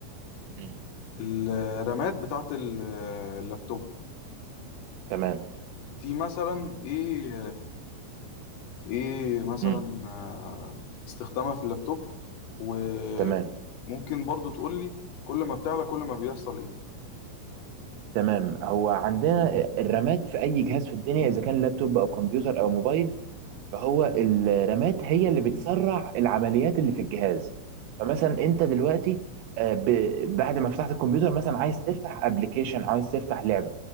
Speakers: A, on the right; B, on the left.
A: مم.
B: الرامات بتاعت ال- اللابتوب
A: تمام
B: دي مثلا ايه ايه مثلا
A: مم.
B: آه، استخدامها في اللابتوب وممكن
A: تمام
B: برضو تقول لي كل ما بتعلى كل ما بيحصل ايه
A: تمام هو عندنا الرامات في اي جهاز في الدنيا اذا كان لابتوب او كمبيوتر او موبايل فهو
B: مم.
A: الرامات هي اللي بتسرع العمليات اللي في الجهاز فمثلا انت دلوقتي آه، ب- بعد ما فتحت الكمبيوتر مثلا عايز تفتح ابلكيشن عايز تفتح لعبة